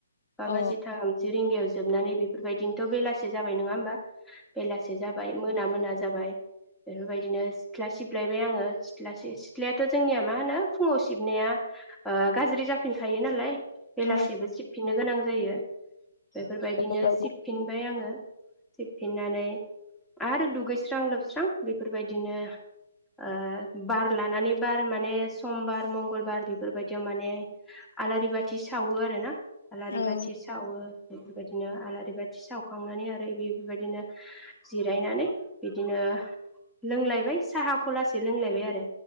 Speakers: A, in the centre; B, on the left.
A: बा
B: औ
A: बाजि थाम जि रिंगायाव जोबनानै बेफोरबायदिनोथ' बेलासि जाबाय नङा होमबा बेलासे जाबाय मोना मोना जाबाय बेफोर बायदिनो सिथ्ला सिबलायबाय आङो सिथ सिथ्लायाथ' जोंनिया मा होनो फुङाव सिबनाया गाज्रि जाफिनखायो नालाय बेलासेबो
B: औ
A: सिबफिननो गोनां जायो बेफोर बायदिनो
B: औ
A: सिबफिनबाय आङो सिबफिननानै आरो दुगैस्रां लोबस्रां बेफोर बायदिनो ओ बार लानानै बार माने समबार मंगलबार बेफोरबायदियाव माने आलारि बाथि जि सावो आरो ना आलारि
B: औ
A: बाथि सावो बेफोर बायदिनो आलारि बाथि सावखांनानै आरो एसे इफोर बायदिनो जिरायनानै बिदिनो लोंलायबाय साहा लासैनो लोंलायबाय आरो